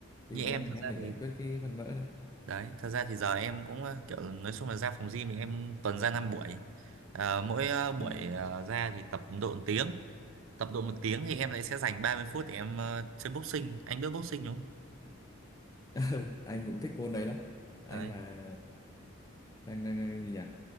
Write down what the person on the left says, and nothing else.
thì
em
em
phải
giải quyết cái phần mỡ này
ừ.
<laughs> anh cũng thích môn đấy lắm anh
mà đang đang gì nhỉ